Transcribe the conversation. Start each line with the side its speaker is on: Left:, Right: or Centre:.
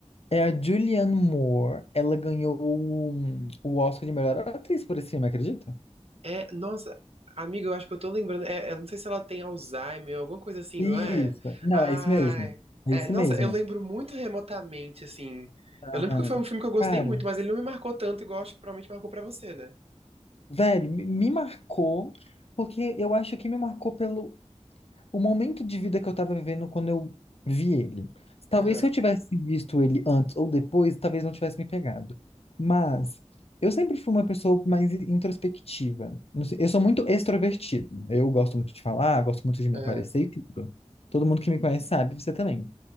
Left: É a Julianne Moore. Ela ganhou o, o Oscar de melhor atriz por esse filme, acredita?
Right: É, nossa, amiga, eu acho que eu tô lembrando. É, eu não sei se ela tem Alzheimer, alguma coisa assim,
Left: Isso.
Right: não é?
Left: Não,
Right: Ai.
Left: é isso mesmo. É
Right: É,
Left: isso
Right: nossa,
Left: mesmo.
Right: eu lembro muito remotamente, assim.
Left: Aham.
Right: Eu lembro que foi um filme que eu gostei
Left: Cara,
Right: muito, mas ele não me marcou tanto, igual acho que provavelmente marcou pra você, né?
Left: velho, me me marcou, porque eu acho que me marcou pelo o momento de vida que eu estava vivendo quando eu vi ele. Talvez
Right: Aham,
Left: se eu tivesse visto ele antes ou depois, talvez não tivesse me pegado. Mas eu sempre fui uma pessoa mais introspectiva. Não sei, Eu sou muito extrovertido. Eu gosto muito de falar, gosto muito de me
Right: aham,
Left: aparecer e tudo. Todo mundo que me conhece sabe, você também.